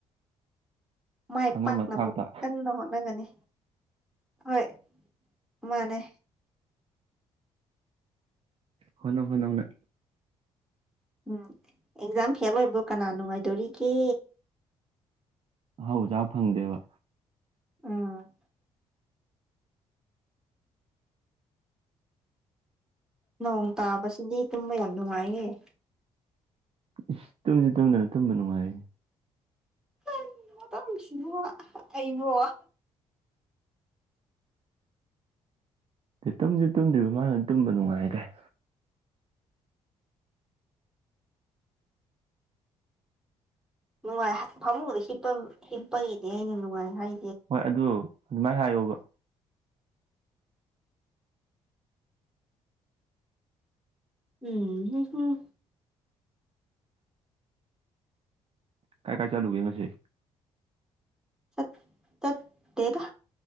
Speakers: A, on the right; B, in the centre.
A: <inaudible>
B: ꯃꯥꯏ
A: ꯑꯉꯝꯕ
B: ꯄꯥꯛꯅꯕ
A: ꯊꯥꯛꯇ
B: ꯀꯟꯅ ꯍꯣꯠꯅꯒꯅꯤ ꯍꯣꯏ ꯃꯥꯅꯦ
A: ꯍꯣꯠꯅꯧ ꯍꯣꯠꯅꯧ ꯅꯪ
B: ꯎꯝ ꯑꯦꯛꯖꯥꯝ ꯐꯦꯜ ꯑꯣꯏꯕꯨ ꯀꯅꯥ ꯅꯨꯡꯉꯥꯏꯗꯧꯔꯤꯒꯦ
A: ꯑꯍꯥꯎꯕ ꯆꯥ ꯐꯪꯗꯦꯕ
B: ꯎꯝ ꯅꯣꯡ ꯇꯥꯕꯁꯤꯗꯤ ꯇꯨꯝꯕ ꯌꯥꯝ ꯅꯨꯡꯉꯥꯏꯌꯦꯦ
A: ꯏꯁ ꯇꯨꯝꯁꯨ ꯇꯨꯝꯗꯅ ꯇꯨꯝꯕ ꯅꯨꯡꯉꯥꯏꯑꯦ
B: ꯀꯩꯅꯣ ꯇꯧꯔꯤꯁꯤꯕꯣ ꯑꯩꯕꯣ
A: <inaudible> ꯇꯨꯝꯁꯨ ꯇꯨꯝꯗ꯭ꯔꯤꯕ ꯃꯥꯅ ꯇꯨꯝꯕ ꯅꯨꯡꯉꯥꯏ ꯀꯥꯏ
B: ꯅꯨꯡꯉꯥꯏ ꯐꯃꯨꯡꯗ ꯍꯤꯞꯄ ꯍꯤꯞꯄꯒꯤꯗꯤ ꯑꯩꯅ ꯅꯨꯡꯉꯥꯏ ꯍꯥꯏ
A: ꯍꯣꯏ ꯑꯗꯨ ꯑꯗꯨꯃꯥꯏꯅ ꯍꯥꯏꯌꯣꯕ
B: ꯎꯝ ꯍ ꯍꯝ
A: ꯀꯥꯏ ꯀꯥꯏ ꯆꯥꯂꯨꯒꯦ ꯉꯁꯤ
B: ꯆꯠ ꯆꯠꯇꯦꯗ